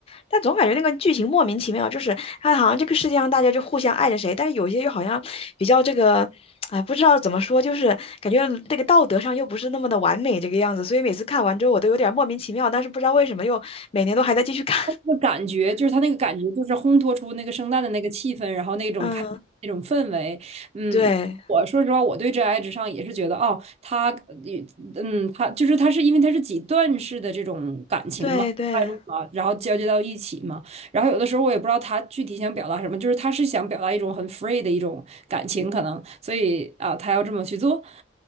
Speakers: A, on the left; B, on the right.
A: 但总感觉那个剧情莫名其妙，就是它好像这个世界上大家就互相爱着谁，但是有些又好像比较这个，哎，不知道怎么说，就是感觉那个道德上又不是那么的完美这个样子，所以每次看完之后我都有点莫名其妙，但是不知道为什么又每年都还在继续看。<laughs>
B: 那感觉就是他那个感觉，就是烘托出那个圣诞的那个气氛，然后那种开那种氛围。
A: 嗯，
B: 嗯，
A: 对
B: 我我说实话，我对《真爱至上》也是觉得，哦，他，也嗯，他就是他是因为他是几段式的这种感情嘛，
A: 对对。
B: 带入嘛，然后交接到一起嘛。然后有的时候我也不知道他具体想表达什么，就是他是想表达一种很 free 的一种感情，可能，所以啊，他要这么去做。